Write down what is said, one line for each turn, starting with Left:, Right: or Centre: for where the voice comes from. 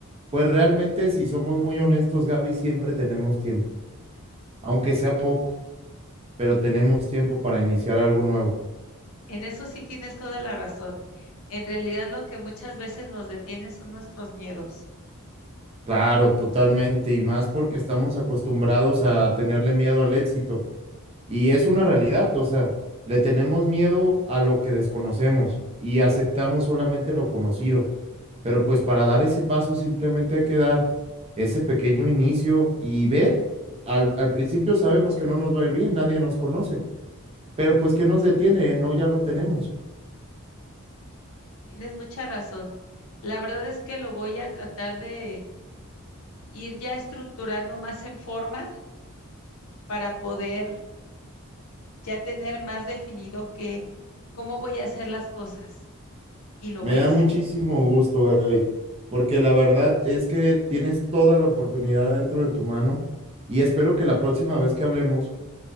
Right: pues realmente si somos muy honestos, Gaby, siempre tenemos tiempo, aunque sea poco, pero tenemos tiempo para iniciar algo nuevo.
Left: En eso sí tienes toda la razón. En realidad lo que muchas veces nos detiene son nuestros miedos.
Right: Claro, totalmente, y más porque estamos acostumbrados a tenerle miedo al éxito, y es una realidad, o sea, le tenemos miedo a lo que desconocemos y aceptamos solamente lo conocido. Pero pues para dar ese paso simplemente hay que dar ese pequeño inicio y ver. Al, al principio sabemos que no nos va a ir bien, nadie nos conoce, pero pues ¿qué nos detiene? El No, ya lo tenemos.
Left: Tienes mucha razón. La verdad es que lo voy a tratar de ir ya estructurando más en forma para poder ya tener más definido que cómo voy a hacer las cosas. Y lo
Right: Me
Left: voy
Right: da
Left: a hacer.
Right: muchísimo gusto, Gaby, porque la verdad es que tienes toda la oportunidad dentro de tu mano y espero que la próxima vez que hablemos,